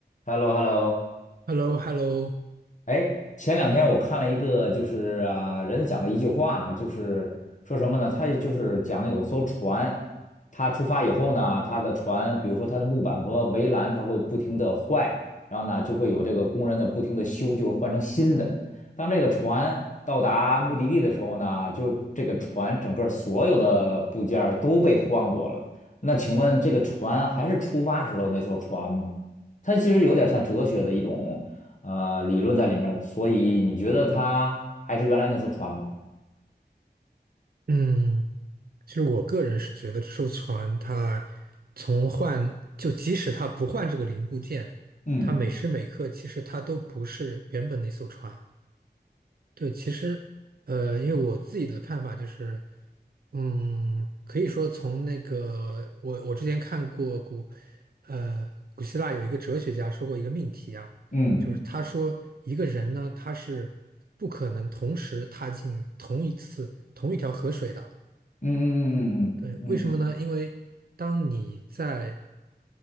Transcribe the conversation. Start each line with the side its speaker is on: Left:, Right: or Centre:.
Left: h e l l o h e l l o
Right: h e l l o h e l l o
Left: 哎，前两天我看了一个，就是啊，人讲了一句话，就是说什么呢？他就是讲有艘船，他出发以后呢，他的船，比如说它的木板和围栏，它会不停的坏，然后呢，就会有这个工人的不停的修，就是换成新的。当这个船到达目的地的时候呢，就是这个船整个所有的部件儿都被换过了。那请问这个船还是出发时候那艘船吗？它其实有点像哲学的一种。呃理论在里面儿所以你觉得它还是原来那艘船吗？
Right: 嗯，其实我个人是觉得这艘船它从换，就即使它不换这个零部件，
Left: 嗯
Right: 它每时每刻其实它都不是原本那艘船。对，其实呃，因为我自己的看法就是，嗯，可以说从那个我我之前看过古，呃，古希腊有一个哲学家说过一个命题啊，
Left: 嗯
Right: 就是他说一个人呢，他是不可能同时踏进同一次同一条河水的。
Left: 嗯嗯嗯嗯
Right: 对，为什么呢？因为当你在